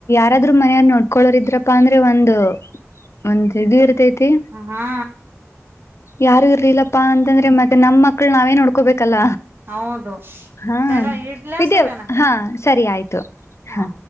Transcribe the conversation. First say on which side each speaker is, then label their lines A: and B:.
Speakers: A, on the left (about 60°); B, on the right (about 40°).
A: ಯಾದ್ರರು ಮನೆಯವ ನೋಡ್ಕೊಳ್ಳೋರ್ ಇದ್ರಪ್ಪಾ ಅಂದ್ರೆ ಒಂದ ಒಂದ್ ಇದು ಇರತೈತಿ.
B: ಹಾ
A: ಯಾರು ಇರ್ಲಿಲ್ಲಪ್ಪಾ ಅಂತಂದ್ರೆ ಮತ್ತೆ ನಮ್ಮ ಮಕ್ಳು ನಾವೇನ್ ನೋಡ್ಕೋಬೇಕಲ್ಲ.
B: ಹೌದು
A: ಹಾ
B: ಸರ ಇಡ್ಲಾ
A: ವಿದ್ಯ
B: ಸರನಾ
A: ಹಾಸರಿ ಆಯ್ತು
B: ಹ
A: ಹಾ.